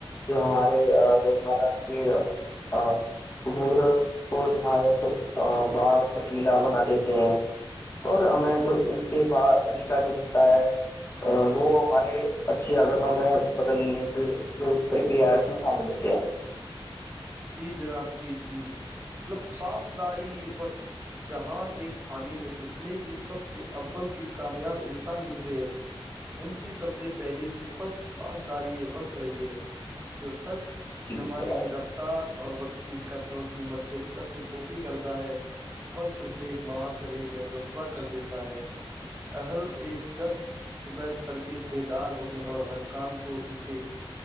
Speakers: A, on the left; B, on the right.
A: جو ہمارے روزمرہ کے عبور کو نہایت <unintelligible> <unintelligible> ب چک لناد <unintelligible> <unintelligible> تو <unintelligible> <unintelligible> اور ہمیں جو ان سے ب سن لیکا جو ملتا ہے <unintelligible> وہ ہمارے اچھی عادتوں میں بدلنے کی جو پرکریا ہے اس میں شامل ہوتی ہے <unintelligible> <unintelligible>
B: جی جناب تھی تھی مطلب پاسداری وقت جہان ایک فانی میں جتنے بھی صف اول کے کامیاب انسان گزرے ہیں ان کی سب سے پہلی صفت پاسداری یہ وقت رہی ہے جو شخص <unintelligible> <unintelligible>
A: جی
B: زمانے
A: جناب
B: کی رفت <unintelligible> <unintelligible> ار اور وقت کی قطر و قیمت سے چشم پوسی کرتا ہے وقت سے مواصرے میں رسوا کر دیتا ہے اہل ا جرف صبح تڑکے بیدار ہونے اور ہر کام کو ان کے <unintelligible>